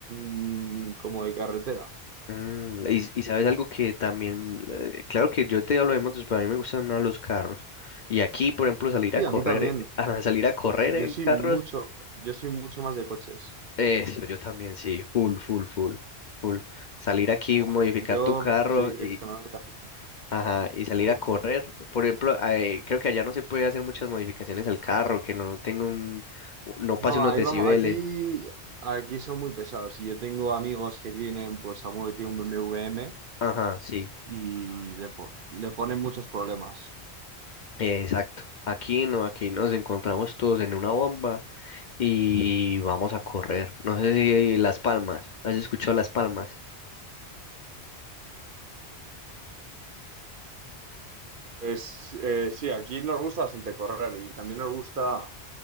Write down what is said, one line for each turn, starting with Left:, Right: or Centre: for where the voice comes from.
Right: mm, como de carretera.
Left: Mm, y, y sabes algo que también, eh, claro que yo te lo hemos pero a mí me gustan más los carros. Y aquí, por ejemplo, salir
Right: Y
Left: a correr,
Right: a mí también.
Left: eh, <laughs> ah, salir a correr
Right: Yo
Left: en
Right: soy
Left: carros,
Right: mucho, yo soy mucho más de coches.
Left: eso yo también sí, full, full, full, full. Salir aquí,
Right: Buah,
Left: modificar
Right: Yo
Left: tu carro
Right: soy
Left: y,
Right: extremadamente aficionado.
Left: ajá, y salir
Right: Buah.
Left: a correr. Por ejemplo, eh, creo que allá no se
Right: sí.
Left: puede hacer muchas modificaciones al carro, que no tenga un, no
Right: No,
Left: pase unos
Right: ahí
Left: decibeles.
Right: vamos, aquí, aquí son muy pesados. Y yo tengo amigos que tienen, pues, alguno que tiene un BMW M W M
Left: Ajá, sí,
Right: y le, po- le ponen muchos problemas.
Left: exacto. Aquí no, aquí nos encontramos todos en una bomba y vamos a correr. No sé si Las Palmas, ¿has escuchado Las Palmas?
Right: Es, eh, sí, aquí nos gusta bastante correr y también nos gusta,